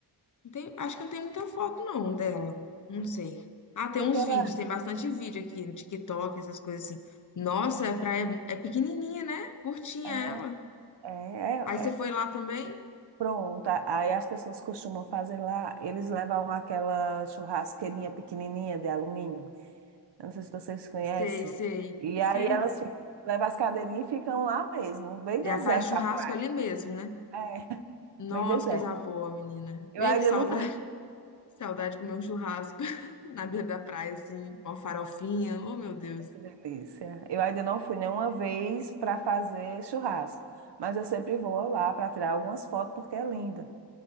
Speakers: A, on the left; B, on the right.
A: Não tem- acho que não tem muita foto, não, dela. Não sei. Ah, tem
B: Porque
A: uns
B: ela
A: vídeos, tem bastante vídeo aqui no TikTok, essas coisas assim. Nossa, a praia é pequenininha, né? Curtinha
B: é,
A: ela.
B: é,
A: Aí
B: é,
A: você
B: é.
A: foi lá também?
B: Pronta. Aí as pessoas costumam fazer lá, eles levam aquela churrasqueirinha pequenininha de alumínio. Eu não sei se vocês conhecem.
A: Sei, sei,
B: E
A: eu
B: aí
A: sei.
B: elas ficam, levam as cadeirinhas e ficam lá mesmo, bem deserta
A: Já faz churrasco
B: a praia.
A: ali mesmo, né?
B: É, <laughs>
A: Nossa,
B: bem deserta.
A: coisa boa, menina.
B: Eu
A: Vê
B: ainda
A: que saudade,
B: não fui.
A: <laughs> saudade de comer um churrasco <laughs> na beira da praia, assim, uma farofinha. Oh, meu Deus.
B: Ai, Que delícia. Eu ainda não fui nenhuma vez para fazer churrasco, mas eu sempre vou lá para tirar algumas fotos porque é linda.